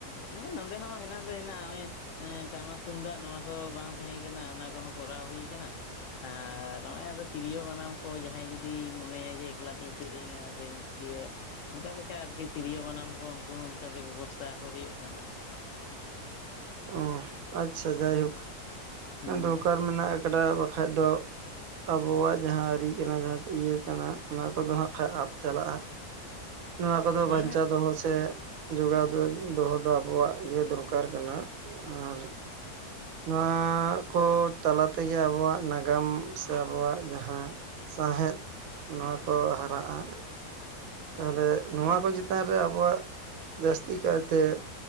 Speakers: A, on the left; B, on the right.
A: ᱦᱮᱸ ᱱᱚᱰᱮ ᱦᱚᱸ ᱦᱮᱱᱟᱜ <unintelligible> ᱦᱮᱱᱟᱜ ᱱᱚᱜᱚᱭ ᱮ ᱴᱟᱢᱟᱠ ᱛᱩᱢᱫᱟᱜ ᱱᱚᱣᱟ ᱠᱚ ᱵᱟᱝ ᱛᱟᱦᱮᱸ ᱠᱟᱱᱟ ᱚᱱᱟ ᱠᱚᱦᱚᱸ ᱠᱚᱨᱟᱣ ᱦᱩᱭ ᱟᱠᱟᱱᱟ ᱾ ᱟᱨ ᱱᱚᱜᱼᱚᱭ ᱟᱫᱚ ᱛᱤᱨᱭᱳ ᱵᱟᱱᱟᱢ ᱠᱚ ᱡᱟᱦᱟᱸᱭ ᱡᱩᱫᱤ ᱢᱚᱱᱮᱭᱟᱭ ᱡᱮ ᱮᱠᱞᱟ ᱛᱤᱧ ᱥᱮᱨᱮᱧᱟ ᱥᱮᱧ ᱤᱭᱟᱹ ᱚᱱᱠᱟ ᱞᱮᱠᱟ ᱟᱨᱠᱤ ᱛᱤᱨᱭᱳ ᱵᱟᱱᱟᱢ ᱠᱚ ᱩᱱᱠᱩ ᱦᱚᱸ ᱚᱱᱠᱟ ᱜᱮ ᱵᱮᱵᱚᱥᱛᱟ ᱟᱠᱚ ᱦᱩᱭᱩᱜ ᱠᱟᱱᱟ ᱾
B: ᱚᱻ ᱟᱪᱪᱷᱟ ᱡᱟᱭᱦᱳᱠ
A: ᱦᱩᱸ
B: ᱦᱮᱸ ᱫᱚᱨᱠᱟᱨ ᱢᱮᱱᱟᱜ ᱟᱠᱟᱰᱟ ᱵᱟᱠᱷᱟᱡ ᱫᱚ ᱟᱵᱚᱣᱟᱜ ᱡᱟᱦᱟᱸ ᱟᱹᱨᱤ ᱠᱟᱱᱟ ᱡᱟᱦᱟᱸ ᱤᱭᱟᱹ ᱠᱟᱱᱟ ᱚᱱᱟ ᱠᱚᱫᱚ ᱦᱟᱸᱜ ᱠᱷᱟᱡ ᱟᱫ ᱪᱟᱞᱟᱜᱼᱟ ᱾ ᱱᱚᱣᱟ ᱠᱚᱫᱚ
A: ᱦᱮᱸ
B: ᱵᱟᱧᱪᱟᱣ ᱫᱚᱦᱚ ᱥᱮ ᱡᱚᱜᱟᱣ ᱫᱚᱦᱚ ᱫᱚ ᱟᱵᱚᱣᱟᱜ ᱤᱭᱟᱹ ᱫᱚᱨᱠᱟᱨ ᱠᱟᱱᱟ ᱟᱨ ᱱᱚᱣᱟ ᱠᱚ ᱛᱟᱞᱟ ᱛᱮᱜᱮ ᱟᱵᱚᱣᱟᱜ ᱱᱟᱜ ᱜᱟᱢ ᱥᱮ ᱟᱵᱚᱣᱟᱜ ᱡᱟᱦᱟᱸ ᱥᱟᱶᱦᱮᱫ ᱱᱚᱣᱟ ᱠᱚ ᱦᱟᱨᱟᱜᱼᱟ ᱾ ᱛᱟᱦᱚᱞᱮ ᱱᱚᱣᱟ ᱠᱚ ᱪᱮᱛᱟᱱ ᱨᱮ ᱟᱵᱚᱣᱟᱜ ᱡᱟᱹᱥᱛᱤ ᱠᱟᱭᱛᱮ